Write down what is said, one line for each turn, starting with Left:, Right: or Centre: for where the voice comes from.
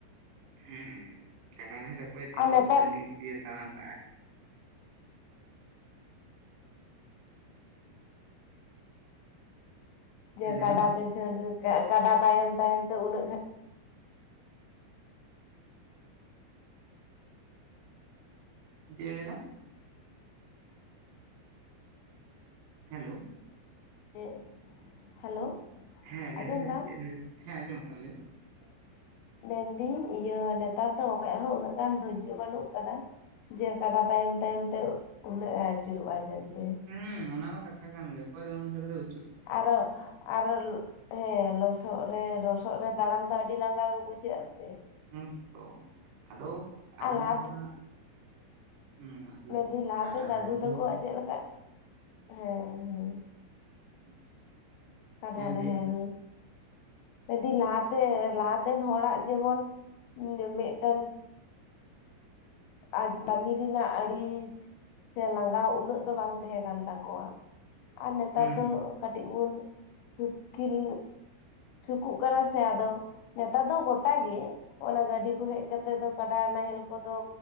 Right: ᱦᱩᱸ ᱠᱟᱰᱟ ᱱᱟᱦᱮᱞ ᱫᱚ ᱚᱠᱚᱭ ᱛᱤᱸᱜᱩ
Left: ᱟᱨ ᱱᱮᱛᱟᱨ
Right: ᱛᱟᱜᱤ ᱛᱟᱜᱤᱭ ᱛᱟᱲᱟᱢ ᱠᱟᱜ-ᱟᱭ ᱾
Left: ᱡᱮ
Right: ᱦᱮᱸ ᱞᱟᱹᱭ
Left: ᱠᱟᱰᱟ
Right: ᱢᱮ ᱢᱟ
Left: ᱛᱮ ᱪᱷᱰ <unintelligible> ᱠᱟᱰᱟ ᱛᱟᱭᱚᱢ ᱛᱟᱭᱚᱢᱛᱮ ᱩᱱᱟᱹᱜ ᱜᱷᱟᱹᱲᱤᱡᱼᱼ
Right: ᱪᱮᱫ ᱮᱢ ᱞᱟᱹᱭ ᱮᱫᱟ ᱦᱮᱞᱳ
Left: ᱪᱮᱫ ᱦᱮᱞᱳ
Right: ᱦᱮᱸ ᱞᱟᱹᱭ
Left: ᱟᱸᱡᱚᱢ
Right: ᱵᱮᱱ ᱞᱟᱹᱭ
Left: ᱫᱟᱢ
Right: ᱵᱮᱱ ᱪᱮᱫ ᱮᱢ ᱞᱟᱹᱭ ᱢᱮ ᱦᱮᱸᱚᱢᱚᱢᱜ ᱠᱟᱱᱟ ᱞᱟᱹᱭ ᱢᱮ ᱾
Left: ᱢᱮᱱᱫᱟᱹᱧ ᱤᱭᱟᱹ ᱱᱮᱛᱟᱨ ᱫᱚ ᱚᱠᱭᱟᱦᱚᱸ ᱩᱱᱟᱹᱜ ᱜᱟᱱ ᱫᱷᱳᱨᱡᱚ ᱵᱟᱹᱱᱩᱜ ᱟᱠᱟᱫᱟ ᱾ ᱡᱮ ᱠᱟᱰᱟ ᱛᱟᱭᱚᱢ ᱛᱟᱭᱚᱢ ᱛᱮ ᱩᱱᱟᱹᱜ ᱮ ᱟᱹᱪᱩᱨᱚᱜ ᱟᱭ ᱢᱮᱱᱛᱮ ᱾
Right: ᱦᱩᱸ ᱚᱱᱟ ᱢᱟ ᱠᱟᱛᱷᱟ ᱠᱟᱱ ᱜᱮᱭᱟ ᱚᱠᱚᱭ ᱫᱚ ᱩᱱᱟ ᱜᱷᱟᱲᱤᱡ ᱫᱚᱼᱼᱼ
Left: ᱟᱨ ᱦᱚᱸ ᱟᱨ ᱦᱮᱸ ᱞᱚᱥᱚᱫ ᱨᱮ ᱞᱚᱥᱚᱫ ᱨᱮ ᱛᱟᱲᱟᱢ ᱫᱚ ᱟᱹᱰᱤ ᱞᱟᱸᱜᱟ ᱜᱮ ᱵᱩᱡᱷᱟᱹᱜᱮᱼᱟ ᱥᱮ,
Right: ᱦᱩ ᱛᱚ ᱟᱫᱚ? ᱟᱫᱚ
Left: ᱟᱨ ᱞᱟᱦᱟᱛᱮ
Right: ᱫᱚ ᱦᱟᱜ ᱦᱩᱸ
Left: ᱢᱮᱱᱫᱟᱹᱧ ᱞᱟᱦᱟᱛᱮ
Right: ᱠᱟᱰᱟ
Left: ᱫᱟᱫᱩ
Right: ᱱᱟᱦᱮᱞ ᱫᱚᱼᱼ
Left: ᱛᱟᱠᱚᱣᱟᱜ ᱪᱮᱫ ᱞᱮᱠᱟ ᱦᱮᱸ ᱦᱮᱸ
Right: <inaudible>
Left: ᱠᱟᱰᱟ ᱱᱟᱦᱮᱞ
Right: ᱞᱟᱹᱭᱮᱜᱼᱟ
Left: ᱡᱩᱫᱤ ᱞᱟᱦᱟᱛᱮ ᱞᱟᱦᱟᱛᱮᱱ ᱦᱚᱲᱟᱜ ᱡᱮᱢᱚᱱ ᱢᱤᱫᱴᱟᱝᱼᱼ ᱟᱡ ᱠᱟᱹᱜᱤ ᱨᱮᱱᱟᱜ ᱟᱹᱲᱤᱥ ᱥᱮ ᱞᱟᱸᱜᱟᱣ ᱩᱱᱟᱹᱜ ᱫᱚ ᱵᱟᱝ ᱛᱟᱦᱮᱸ ᱠᱟᱱ ᱛᱟᱠᱚᱣᱟ, ᱟᱨ ᱱᱮᱛᱟᱨ
Right: ᱦᱩᱸ
Left: ᱫᱚᱼᱼ ᱠᱟᱹᱴᱤᱡ ᱵᱚᱱ ᱥᱩᱠᱤᱞ ᱥᱩᱠᱩᱜ ᱠᱟᱱᱟ ᱥᱮ ᱟᱫᱚ ᱾ ᱱᱮᱛᱟᱨ ᱫᱚ ᱜᱚᱴᱟᱜᱮ ᱚᱱᱟ ᱜᱟᱹᱰᱤ ᱠᱚ ᱦᱮᱡ ᱠᱟᱛᱮᱜ ᱫᱚ ᱠᱟᱰᱟ ᱱᱟᱦᱮᱞ ᱠᱚᱫᱚᱼᱼ